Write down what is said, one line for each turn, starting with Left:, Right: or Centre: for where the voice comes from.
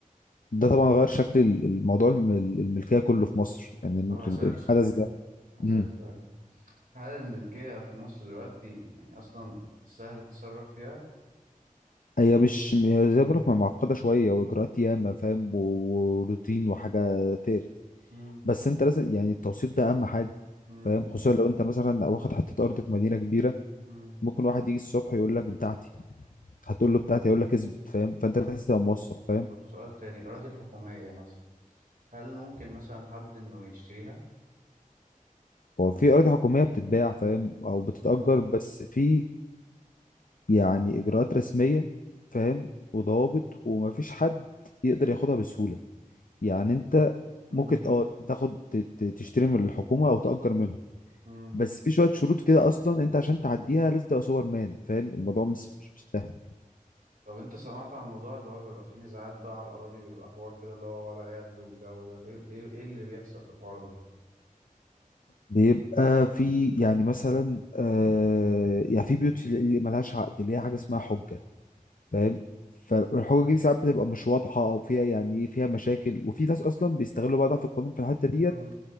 Left: ده طبعا غير شكل ال- الموضوع الم- الملكية كله في مصر يعني ال-
Right: طب هسألك
Left: ال- الحدث
Right: سؤال
Left: ده
Right: هسألك
Left: مم.
Right: سؤال هل الملكية في مصر دلوقتي يعني اصلا سهل تتصرف فيها
Left: هي مش هي زي ما بقولك معقدة شوية وإجراءات ياما فاهم
Right: امم
Left: و- وروتين وحاجة تقرف
Right: امم
Left: بس أنت لازم يعني التوثيق ده أهم حاجة
Right: امم
Left: فاهم خصوصا لو انت مثلا واخد حته ارض في مدينه كبيره
Right: أمم.
Left: ممكن واحد يجي الصبح يقول لك بتاعتي هتقول له بتاعتي هيقول لك اثبت فاهم فانت لازم
Right: طب
Left: تبقى موثق فاهم
Right: طب سؤال تاني الاراضي الحكومية مثلا هل ممكن مثلا حد انه يشتريها
Left: هو في أراضي حكومية بتتباع فاهم أو بتتأجر
Right: امم
Left: بس في يعني إجراءات رسمية فاهم وضوابط ومفيش حد يقدر ياخدها بسهولة يعني أنت
Right: امم
Left: ممكن اه تاخد ت- ت- تشتري من الحكومة أو تأجر منهم
Right: امم
Left: بس في شوية شروط كده أصلا أنت عشان تعديها لازم تبقى سوبر مان فاهم الموضوع مش مش مش سهل
Right: طب انت سمعت عن الموضوع اللي هو بيبقى فيه نزاعات بقى على الأراضي بيبقى حوار كده اللي هو وضع يد والجو ده ليه, ليه ايه اللي بيحصل في الحوار ده
Left: بيبقى في يعني مثلا آه يعني في بيوت في- اللي ملهاش عقد اللي هي حاجة اسمها حجة فاهم فالحقوق دي ساعات بتبقى مش واضحه او فيها يعني ايه فيها مشاكل وفي ناس اصلا بيستغلوا بقى ضعف القانون في الحته ديت
Right: مم.